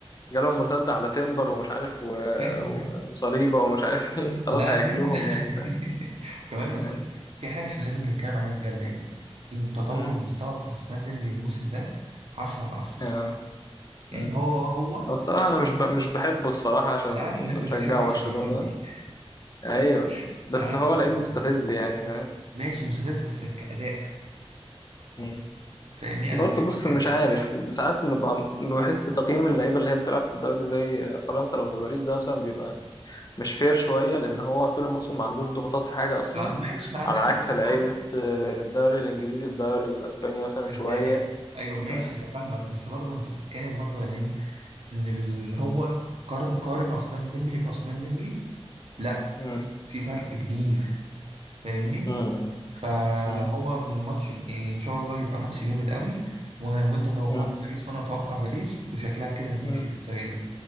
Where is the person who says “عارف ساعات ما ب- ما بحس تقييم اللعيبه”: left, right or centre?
Left